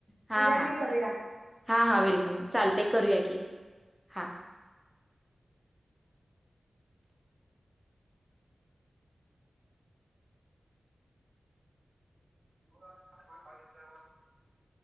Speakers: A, in the centre; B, on the right.
A: हा
B: उद्या आणि
A: हा
B: करूया.
A: हा हा वेलकम चाल करूया की हा
B: द <inaudible>